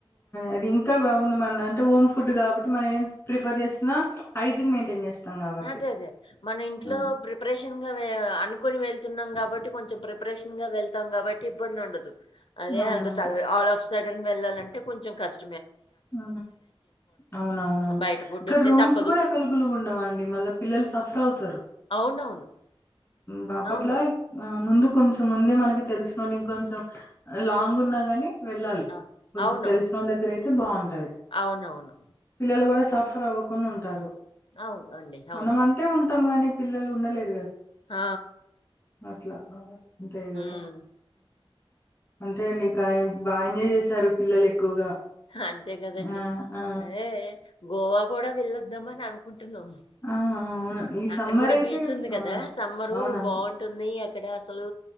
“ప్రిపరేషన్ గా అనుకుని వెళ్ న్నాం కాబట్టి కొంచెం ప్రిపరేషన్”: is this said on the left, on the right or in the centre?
Left